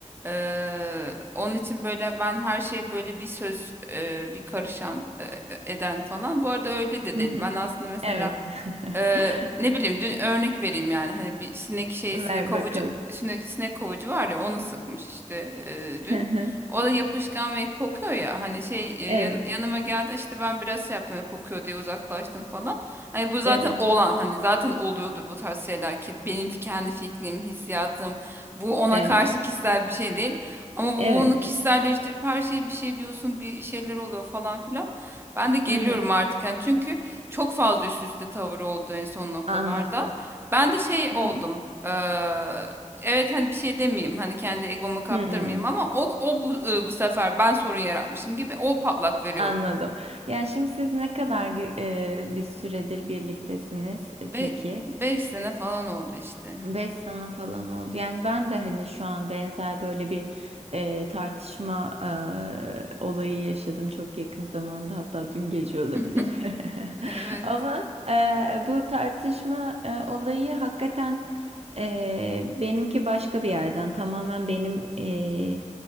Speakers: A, on the right (about 20°); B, on the right (about 55°).
A: ee, onun için böyle ben her şeye böyle bir söz e, bir karışan e, e, eden falan. Bu arada öyle de
B: Hı
A: değil.
B: hı.
A: Ben aslında mesela
B: Evet.
A: ee,
B: <laughs>
A: ne bileyim dün örnek vereyim yani hani bir sinek şeysi
B: Ver
A: kovucu
B: bakalım.
A: sinek, sinek kovucu var ya onu sıkmış işte e, dün.
B: Hı hı.
A: O da yapışkan ve kokuyor ya hani şey e,
B: Evet.
A: yan- yanıma geldi işte ben biraz şey yaptım hani kokuyor diye uzaklaştım falan. Hani bu zaten
B: Evet.
A: olan hani zaten oluyordu bu tarz şeyler ki benim fi- kendi fikrim, hissiyatım bu ona
B: Evet.
A: karşı kişisel bir şey değil. Ama bu
B: Evet.
A: onu kişiselleştirip her şeye bir şey diyorsun bir şeyler oluyor falan filan. Ben de geliyorum
B: Hı hı.
A: artık hani çünkü çok fazla üst üste tavır oldu en son noktalarda.
B: Anladım.
A: Ben de şey
B: Hı
A: oldum.
B: hı.
A: eee, evet hani bir şey demeyeyim hani kendi egomu kaptırmayayım
B: Hmm,
A: ama o, o bu, bu sefer ben sorun yaratmışım gibi o patlak veriyor.
B: anladım. Yani şimdi siz ne kadar e, bir süredir birliktesiniz e,
A: Be
B: peki?
A: beş sene falan oldu işte.
B: 5 sene falan oldu. Yani ben de hani şu an benzer böyle bir e, tartışma e, olayı yaşadım çok yakın zamanda hatta dün gece olabilir.
A: <laughs>
B: <laughs>
A: Evet.
B: Ama e, bu tartışma e, olayı hakikaten e, benimki başka bir yerden tamamen benim e,